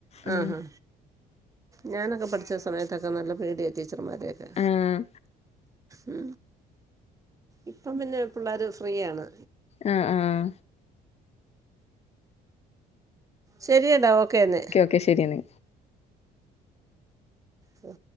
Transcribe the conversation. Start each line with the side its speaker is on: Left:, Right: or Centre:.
Left: ആഹ്
Right: ആഹാ ഹാ ഞാനൊക്കെ പഠിച്ച സമയത്തൊക്കെ നല്ല പേടിയ ടീച്ചർമാരൊക്കെ
Left: ആഹ്
Right: ഉ ഇപ്പം പിന്നെ പിള്ളേർ ഫ്രീയാണ്
Left: ആഹ ആഹ
Right: ശരിയടാ ഓക്കേന്നെ
Left: ഓക്ക ശരിയാണ്
Right: ആഹ